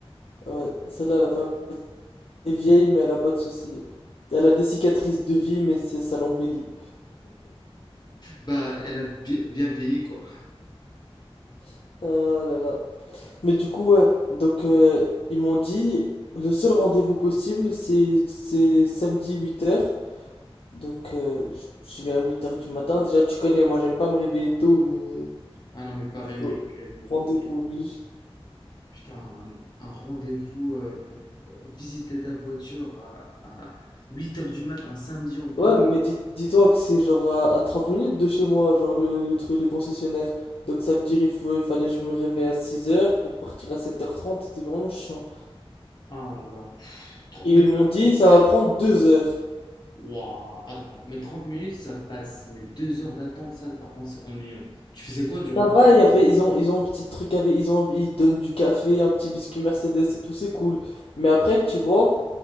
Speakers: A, on the left; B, on the left.
A: Ouais. Celle-là, elle a pas... Elle est vieille, mais elle a pas de soucis. Elle a des cicatrices de vie, mais c'est- ça l'embellit.
B: Bah, elle a bi- bien vieilli, quoi.
A: Ah, Oh là là. Mais du coup, ouais. Donc, euh, ils m'ont dit, le seul rendez-vous possible, c'est c'est samedi 8h. Donc, euh, je
B: Wow.
A: vais à 8h du matin. Déjà, tu connais, moi, j'aime pas me réveiller tôt, mais...
B: Ah non, mais pareil, mec.
A: oh,
B: euh, Mais...
A: rendez-vous oblige.
B: Putain, un, un rendez-vous euh, pour visiter ta voiture à, à 8 heures du mat, un samedi en plus.
A: Ouais, mais dis- dis-toi que c'est genre à, à 30 minutes de chez moi, genre le, le truc, le concessionnaire. Donc ça veut dire il faut, il fallait que je me réveille à six heures pour partir à sept heures trente c'était vraiment chiant.
B: Ah oh là là. trente
A: Et
B: mais,
A: ils m'ont dit ça va prendre 2 heures.
B: Ouah, attends, attends. mais 30 minutes, ça passe. Mais 2 heures d'attente, ça, par contre, c'est ennuyant. Tu faisais quoi durant...
A: Ça
B: tout?
A: va, il y avait, ils ont, ils ont un petit truc avec, ils ont, ils donnent du café, un petit biscuit Mercedes et tout, c'est cool. Mais après, tu vois,